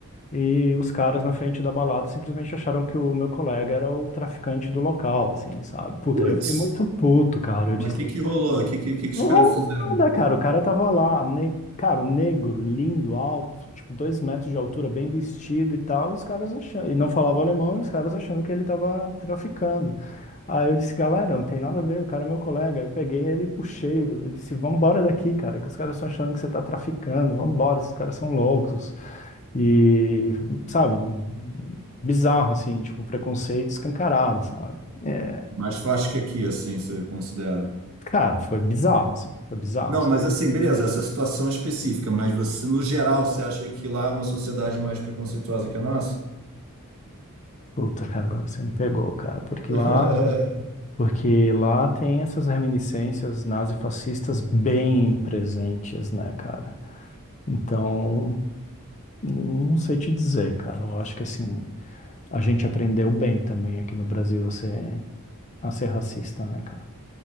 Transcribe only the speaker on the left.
e os caras na frente da balada simplesmente acharam que o meu colega era o traficante do local, assim, sabe? Puta,
aí eu fiquei muito puto, cara. Eu
disse,
não
rolou
nada, cara. O cara tava lá, um ne... cara, um negro, lindo, alto, tipo, dois metros de altura, bem vestido e tal. E os caras achando. E não falava alemão, e os caras achando que ele tava traficando. Aí eu disse, galera, não tem nada a ver, o cara é meu colega. Eu peguei ele e puxei. Eu disse, vambora daqui, cara, que os caras estão achando que você tá traficando. Vambora, esses caras são loucos. E, sabe, bizarro, assim, tipo, preconceito escancarado, sabe? É,
cara, foi bizarro, assim, foi bizarro.
Puta, cara, agora você me pegou, cara, porque
lá, porque lá tem essas reminiscências nazifascistas bem presentes, né, cara? Então, não sei te dizer, cara. Eu acho que assim, a gente aprendeu bem também aqui no Brasil a ser a ser racista, né, cara?